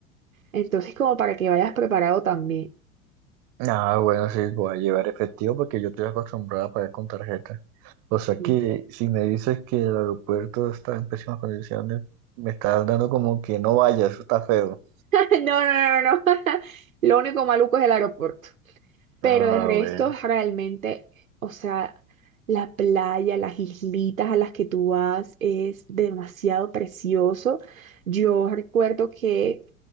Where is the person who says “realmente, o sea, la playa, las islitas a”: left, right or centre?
Right